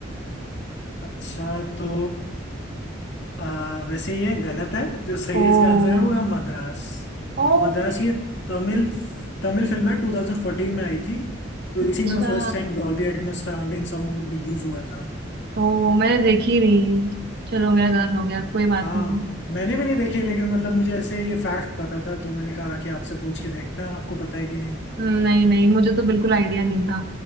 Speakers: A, on the left (about 65°); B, on the right (about 55°).
A: अच्छा तो आ, वैसे ये गलत है जो सही
B: ओ
A: इसका आंसर है वो है मद्रास
B: ओ
A: मद्रास ये तमिल तमिल फिल्म है 2014 में आई थी तो
B: अच्छा
A: इसी में first time Dolby Atmos surrounding sound use हुआ था
B: ओ मैंने देखी नहीं चलो मेरा गलत हो गया कोई बात
A: हाँ
B: नहीं
A: मैंने भी नहीं देखी लेकिन मतलब मुझे ऐसे ये फैक्ट पता था तो मैंने कहा कि आपसे पूछ के देखते हैं आपको पता है कि नहीं
B: हम्म, नहीं नहीं मुझे तो बिल्कुल आइडिया नहीं था